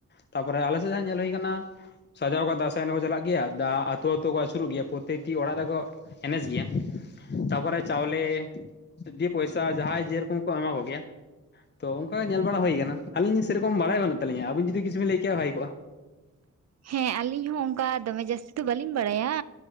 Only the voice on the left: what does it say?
ᱛᱟᱯᱚᱨᱮ ᱟᱞᱮ ᱥᱮᱫ ᱡᱟᱦᱟ ᱧᱮᱞ ᱦᱳᱭ ᱠᱟᱱᱟ᱾ ᱥᱟᱡᱟᱣ ᱠᱟᱜ ᱫᱟᱸᱥᱟᱭ ᱮᱱᱮᱡ ᱠᱚ ᱪᱟᱞᱟᱜ ᱜᱮᱭᱟ ᱫᱟ ᱟᱹᱛᱩ ᱟᱹᱛᱩ ᱠᱚ ᱟᱹᱪᱩᱨᱚᱜ ᱜᱮᱭᱟ ᱯᱨᱚᱛᱮᱴᱤ ᱚᱲᱟᱜ ᱨᱮᱫᱚ ᱮᱱᱮᱡ ᱜᱮᱭᱟ ᱛᱟᱯᱚᱨᱮ ᱪᱟᱣᱞᱮ ᱫᱤᱭ ᱯᱚᱭ ᱥᱟ ᱡᱟᱦᱟᱭ ᱡᱮ ᱨᱚᱠᱚᱢ ᱠᱚ ᱮᱢᱟ ᱠᱚᱜ ᱜᱮᱭᱟ᱾ ᱛᱚ ᱚᱱᱠᱟ ᱜᱮ ᱧᱮᱞ ᱵᱟᱲᱟ ᱦᱳᱭ ᱠᱟᱱᱟ ᱟᱹᱞᱤᱧ ᱥᱮ ᱨᱚᱠᱚᱢ ᱵᱟᱲᱟᱭ ᱵᱟᱹᱱ ᱛᱟᱹᱞᱤᱧ ᱟᱵᱤᱱ ᱡᱩᱫᱤ ᱠᱤᱪᱷᱩ ᱞᱟᱹᱭ ᱠᱮᱭᱟ ᱵᱷᱟᱜᱤ ᱠᱚᱜᱼᱟᱺ